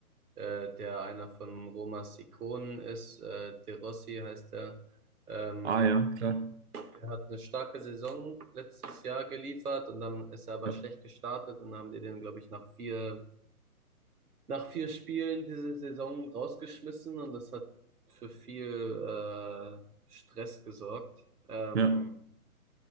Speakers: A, on the right; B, on the right.
A: äh, der einer von Roma Sikonen ist, äh, De Rossi heißt er. Ähm,
B: Ah, ja, klar.
A: der hat eine starke Saison letztes Jahr geliefert und dann ist er aber
B: Ja,
A: schlecht gestartet und dann haben die den, glaube ich, nach vier nach vier Spielen diese Saison rausgeschmissen und das hat für viel äh, Stress gesorgt. Ähm,
B: ja,